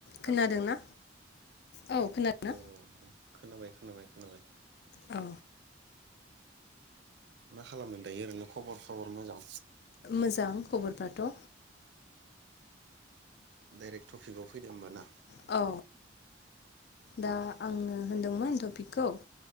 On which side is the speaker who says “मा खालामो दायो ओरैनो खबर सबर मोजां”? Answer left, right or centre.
Right